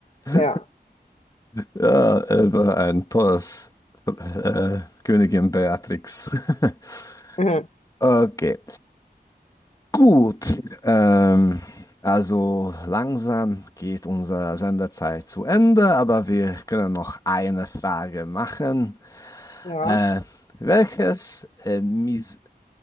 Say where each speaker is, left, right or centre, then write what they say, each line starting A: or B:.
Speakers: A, on the left (about 20°); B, on the left (about 40°).
A: <laughs>
B: Ja. <laughs>
A: Ja, er war ein tolles äh, Königin Beatrix. <laughs>
B: Mhm.
A: Okay. Gut. Ähm, also langsam geht unsere Sendezeit zu Ende, aber wir können noch eine Frage machen.
B: Ja.
A: Äh, welches äh, Mis